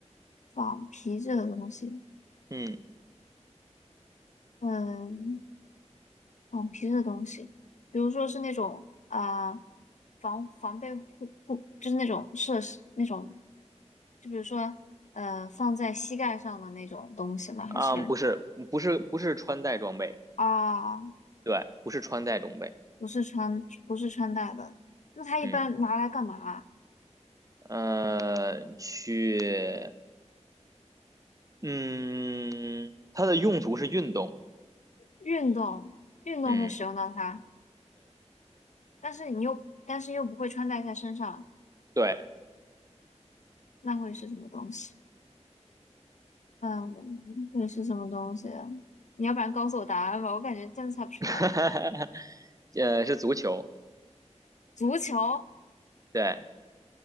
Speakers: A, on the left; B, on the right.
A: 仿皮质的东西，
B: 嗯，
A: 嗯，仿皮质的东西，比如说是那种啊、呃防防备护护，就是那种设施那种，就比如说呃放在膝盖上的那种东西吗？还是
B: 啊，不是，不是，不是穿戴装备，
A: 啊？
B: 对，不是穿戴装备，
A: 不是穿，不是穿戴的。那它一般拿来干嘛？
B: 嗯，呃，去，嗯，它的用途是运动。
A: 运动，运动会使用到它，
B: 嗯，
A: 但是你又，但是又不会穿戴在身上，
B: 对，
A: 那会是什么东西？嗯，会是什么东西啊？你要不然告诉我答案吧，我感觉真的猜不出来。
B: <laughs> 呃，是足球，
A: 足球
B: 对，